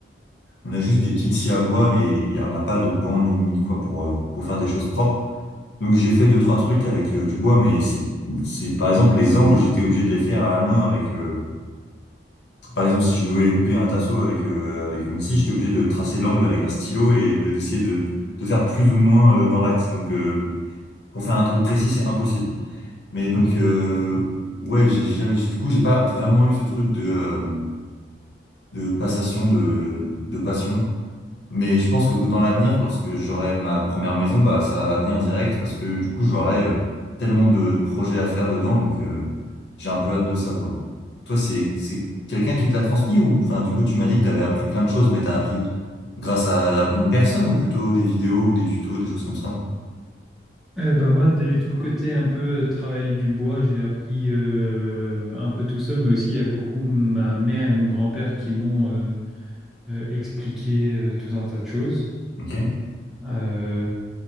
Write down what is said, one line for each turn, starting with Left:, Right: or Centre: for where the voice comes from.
Left: On a juste des petites scies à bois, mais il y a- on n'a pas de banc ni, ni quoi pour, euh, pour faire des choses propres. Donc j'ai fait deux, trois trucs avec euh, du bois, mais c'est, c'est, par exemple, les angles, j'étais obligé de les faire à la main avec, euh, par exemple, si je voulais couper un tasseau avec, euh, avec une scie, j'étais obligé de tracer l'angle avec un stylo et de, d'essayer de, de faire plus ou moins euh, dans l'axe. Donc, euh, pour faire un truc précis, c'est impossible. Mais donc,
Centre: Ok.
Left: euh, ouais, j'ai jamais, j'ai- du coup, j'ai pas vraiment eu ce truc de, euh, de passation, de, de passion. Mais je pense que dans l'avenir, lorsque j'aurai ma première maison, bah, ça va venir direct parce que du coup, j'aurai euh, tellement de, de projets à faire dedans. Donc, euh, j'ai un peu hâte de ça, quoi. Toi, c'est, c'est quelqu'un qui te l'a transmis ou, enfin, du coup, tu m'as dit que t'avais appris plein de choses, mais t'as appris grâce à une personne ou plutôt des vidéos ou des tutos, des choses comme ça?
Centre: Euh, bah moi, dès tout le côté un peu euh, travail du bois, j'ai appris euh, un peu tout seul, mais aussi il y a beaucoup ma mère et mon grand-père qui m'ont euh, euh, expliqué euh, tout un tas de choses.
Left: Ok.
Centre: Euh,